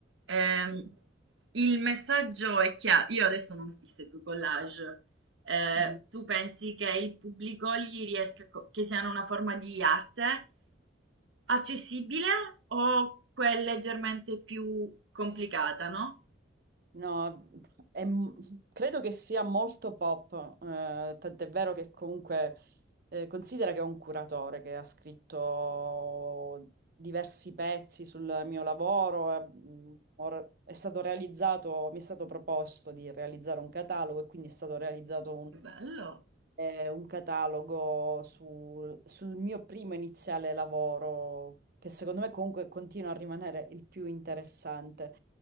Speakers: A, on the right; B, on the right.
A: ehm, il messaggio è chiaro. Io adesso non ho visto i tuoi collage. Eh,
B: Mhm.
A: tu pensi che il pubblico gli riesca, co- che siano una forma di arte accessibile o quel leggermente più complicata, no?
B: No, è m- credo che sia molto pop, eh, tant'è vero che comunque eh, considera che è un curatore che ha scritto diversi pezzi sul mio lavoro, eh, mh, or- è stato realizzato, mi è stato proposto di realizzare un catalogo e quindi è stato realizzato
A: Che bello!
B: eh, un catalogo sul, sul mio primo iniziale lavoro, che secondo me comunque continua a rimanere il più interessante.